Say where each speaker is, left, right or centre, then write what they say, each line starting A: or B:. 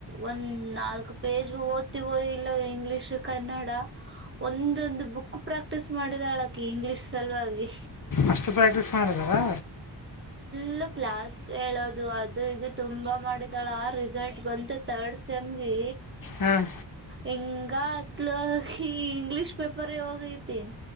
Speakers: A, on the right; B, on the left.
A: ಒಂದ್ ನಾಲ್ಕು ಪೇಜ್ ಓದ್ತಿವೋ ಇಲ್ಲ ಇಂಗ್ಲಿೀಷ್ ಕನ್ನಡ ಒಂದೊಂದು ಬುಕ್ ಪ್ರಾಕ್ಟೀಸ್ ಮಾಡಿದ ಅಳಕ ಇಂಗ್ಲೀಷ್ ಸಲುವಾಗಿ
B: ಅಷ್ಟು ಪ್ರಾಕ್ಟೀಸ್ ಮಾಡಿದಾರಾ
A: ಎ ಕ್ಲಾಸ್ ಹೇಳೋದು ಅದು ಇದು ತುಂಬಾ ಮಾಡಿದಾಳ ಆ ರಿಸಲ್ಟ್ ಬಂತು ತರ್ಡ್ ಸೆಮ್ಗೆ
B: ಹಾಂ
A: ಹಂಗ ಅತ್ಲ ಇಂಗ್ಲಿಷ್ ಪೇಪರ್ ಹೋಗೈತಿ